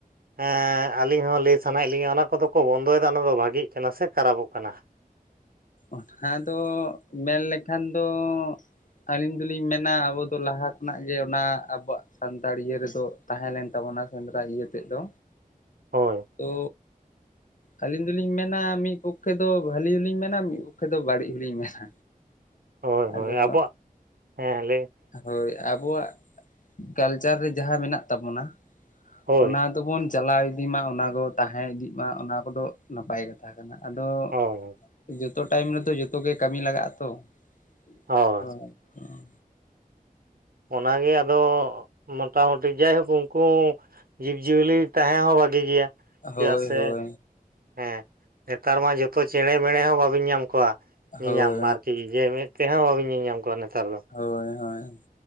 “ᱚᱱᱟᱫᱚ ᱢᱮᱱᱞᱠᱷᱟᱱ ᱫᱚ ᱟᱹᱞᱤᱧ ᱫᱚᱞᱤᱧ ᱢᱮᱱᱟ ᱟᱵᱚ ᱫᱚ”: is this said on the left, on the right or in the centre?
Left